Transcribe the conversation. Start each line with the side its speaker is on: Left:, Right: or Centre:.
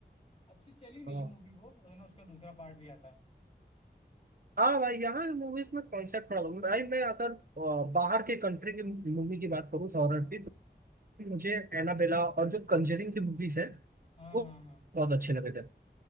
Left: अच्छी चली नहीं
Right: हाँ
Left: मूवी वो वरना उसका दूसरा पार्ट भी आता
Right: हाँ भाई यहाँ मूवीज में कॉन्सेप्ट बड़ा होता है। भाई मैं अगर अ, बाहर के कंट्री की मूवी की बात करूँ हॉरर
Left: हाँ
Right: की तो मुझे एनाबेला और जो कंजरिंग की मूवीज है
Left: हाँ
Right: वो
Left: हाँ
Right: बहुत अच्छे लगे थे